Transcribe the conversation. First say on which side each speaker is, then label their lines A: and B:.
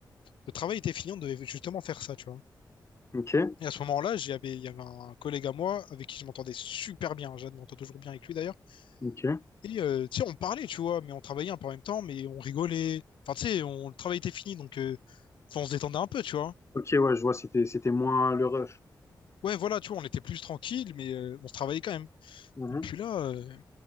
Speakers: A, on the left (about 80°); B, on the left (about 35°).
A: le travail était fini, on devait justement faire ça, tu vois.
B: Ok,
A: Et à ce moment-là, j'avais, il y avait un collègue à moi avec qui je m'entendais super bien. Je m'entends toujours bien avec lui d'ailleurs.
B: ok.
A: Et euh, tu sais, on parlait, tu vois, mais on travaillait un peu en même temps, mais on rigolait. Enfin, tu sais, on, le travail était fini, donc euh, enfin, on se détendait un peu, tu vois.
B: Ok, ouais, je vois, c'était, c'était moins le rush.
A: Ouais, voilà, tu vois, on était plus tranquille, mais euh, on se travaillait quand même.
B: Mhm.
A: Et puis là, euh,